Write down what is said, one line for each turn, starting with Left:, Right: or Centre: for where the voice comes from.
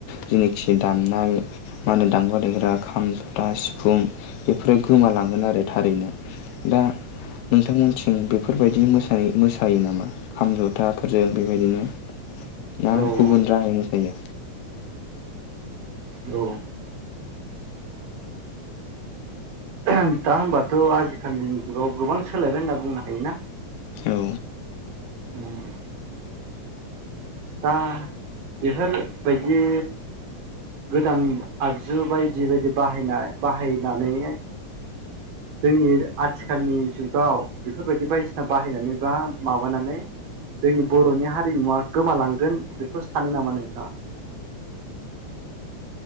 Left: जेनोखि दामनाय मा होनो दामग्रा देग्रा खाम जथा सिफुं बेफोरो गोमालांगोन आरो थारैनो दा नोंथांमोनथिं बेफोरबायदि मोसानाय जायो नामा खाम जथाफोरजों बेबायदिनो ना
Right: औ
Left: गुबुन राहायनो जायो
Right: औ <unintelligible> होनबाथ' आजिखालिनि जुगाव गोबां सोलायबाय होनना बुंनो हायोना
Left: औ
Right: ओम दा बेफोरबायदि गोदान आगजु बायदि बायदि बाहायना बाहायनानै जोंनि आथिखालनि जुगाव बेफोरबायदि बायदिसिना बाहायनानै बा माबानानै जोंनि बर'नि हारिमुवा गोमालांगोन बेखौ सानो नामा नोंथाङा